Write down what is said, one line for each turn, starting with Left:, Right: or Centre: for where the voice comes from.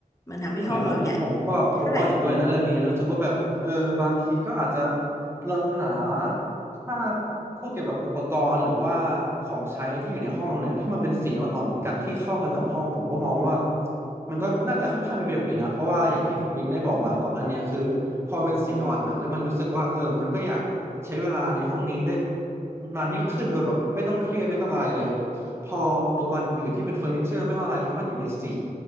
Left: มันทำให้ห้องเราใหญ่
Right: ใช่ไหมผมผมก็ผมก็เห็นด้วยนะเรื่องนี้แล้วรู้สึกว่าแบบเออบางทีก็อาจจะ
Left: ใช่
Right: ลองหาภาพพวกเกี่ยวกับอุปกรณ์หรือว่าของใช้ที่อยู่ในห้องเนี่ยถ้ามันเป็นสีอ่อนๆเหมือนกันที่เข้ากันกับห้องผมก็มองว่ามันก็น่าจะค่อนข้างมีประโยชน์ดีนะเพราะว่าอย่างที่คุณบิงได้บอกมาก่อนหน้านี้คือพอมันเป็นสีอ่อนนะแล้วมันรู้สึกว่าเออมันก็อยากใช้เวลาในห้องนี้ได้นานยิ่งขึ้นโดยแบบไม่ต้องเครียดไม่ต้องอะไรเลยพออุปกรณ์อื่นๆที่เป็นเฟอร์นิเจอร์ไม่ว่าอะไรถ้ามันอยู่ในสี